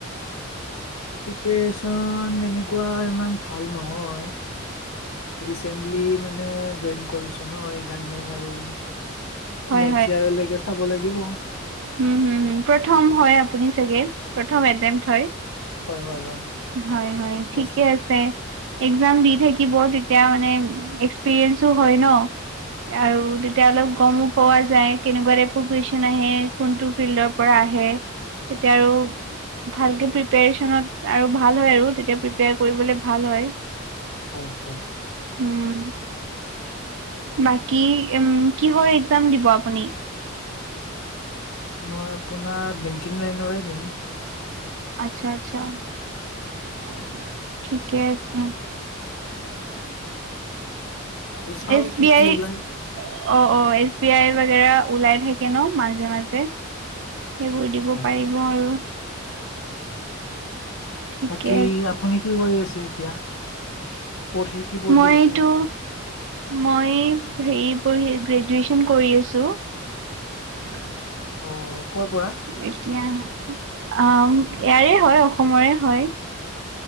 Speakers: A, on the left; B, on the right.
A: প্ৰিপয়েচন তেনেকুৱা ইমান ভাল নহয়। ৰিচেন্টলি মানে জইন কৰিছো ন' এই কাৰণে আৰু।
B: হয়
A: নেষ্কছ ইয়াৰলৈকে চাব লাগিব।
B: হুম-হুম-হুম। প্ৰথম হয় আপুনি চাগে? প্ৰথম এটেন্ড ‌হয়।
A: হয় হয় হয়
B: হয়-হয়
A: ফাৰ্ষ্ট
B: ঠিকে
A: এটেম্প
B: আছে। এক্জাম দি থাকিব তেতিয়া মানে এক্সপিৰিয়েঞ্চো হয় ন। আৰু তেতিয়ালৈ অলপ গম - পোৱা যায়, কেনেকুৱা টাইপৰ কুইছন আহে কোনটো ফিল্ডৰ পৰা আহে। তেতিয়া আৰু- ভালকে প্ৰিপয়েচনত আৰু ভাল হয় আৰু তেতিয়া প্ৰিপয়েচন কৰিবলৈ ভাল হয় আৰু।
A: হয়-হয়।
B: উমঁ', বাকী উম' কি হয়। যাম দিব আপুনি।
A: মই আপোনাৰ বেংকিং লাইনৰে দিম।
B: আচ্ছা আচ্ছা। <inaudible> ঠিকে। আছে।
A: উম' চাও
B: এছ
A: কি
B: বি
A: কি
B: আই
A: ওলাই।
B: অ ', অ', এছ বি আই বাগেৰা ওলাই থাকে ন মাজে মাজে। সেইবোৰ দিব
A: হয়
B: পাৰিব
A: হয়
B: আৰু। ঠিকে
A: বাকী আপুনি কি কৰি আছে এতিয়া? পঢ়ি কি পঢ়ি
B: মইটো
A: আছে
B: মই হেৰি পঢ়ি, গ্ৰেজুৱেচন কৰি আছো। <unintelligible>
A: অ কৰ পৰা?
B: এতিয়া অ' ইয়াৰে হয়, অসমৰে হয়।